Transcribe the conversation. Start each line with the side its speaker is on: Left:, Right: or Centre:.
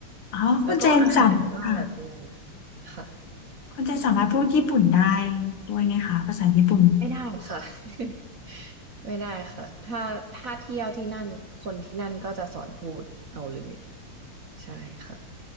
Left: อ๋อคุณเจนจำค่ะ
Right: แล้วก็อาหารก็อร่อยด้วยค่ะ
Left: คุณเจสามารถพูดญี่ปุ่นได้ด้วยไหมคะภาษาญี่ปุ่น
Right: ไม่ได้ค่ะ <laughs> ไม่ได้ค่ะถ้าถ้าเที่ยวที่นั่นคนที่นั่นก็จะสอนพูดเอาเลยใช่ค่ะ